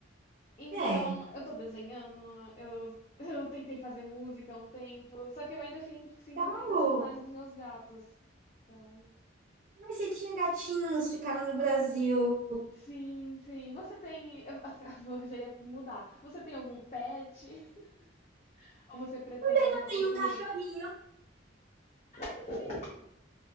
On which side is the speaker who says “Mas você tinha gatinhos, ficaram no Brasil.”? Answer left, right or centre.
Right